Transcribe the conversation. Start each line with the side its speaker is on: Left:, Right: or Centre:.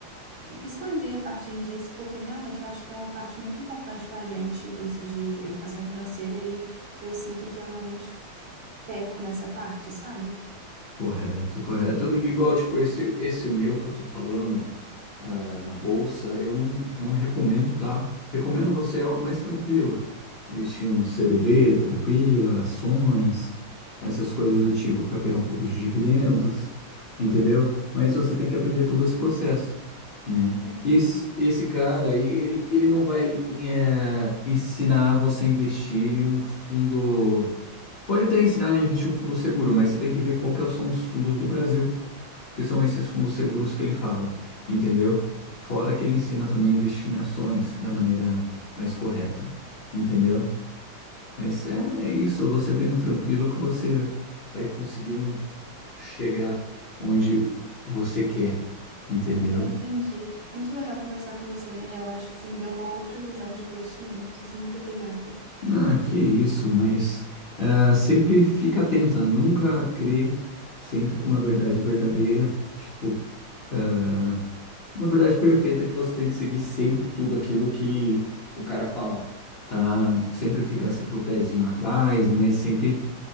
Right: expandir a partir disso, porque realmente eu acho que é uma parte muito importante para a gente, isso de educação financeira, e eu sinto que eu realmente peco nessa parte, sabe?
Left: Correto, correto. Igual, tipo, esse, esse o meu que eu tô falando ah, na bolsa, eu não, não recomendo, tá? Recomendo você algo mais tranquilo. Investir em um CDB tranquila, ações, essas coisas do tipo, para pegar um pouco de dividendos, entendeu? Mas você tem que aprender todo esse processo, né?
Right: Uhum.
Left: E esse, esse cara, aí, ele, ele não vai eh, ensinar você a investir em um fundo. Pode até ensinar a investir um fundo seguro, mas você tem que ver qual que são os fundos do Brasil, que são esses fundos seguros que ele fala, entendeu? Fora que ele ensina também a investir em ações da maneira mais correta, entendeu? Mas é isso, você vendo tranquilo que você vai conseguindo chegar onde você quer, entendeu?
Right: Eu entendi. Muito legal conversar com você, Daniel. Eu Acho que você me deu uma outra visão de investimentos. Muito obrigada.
Left: Ah, que isso, mas ah, sempre fica atenta, nunca crê sempre com uma verdade verdadeira, tipo ah, uma verdade perfeita é que você tem que seguir sempre tudo aquilo que o cara falar, tá? Sempre fica
Right: Uhum.
Left: sempre o pezinho atrás, mas sempre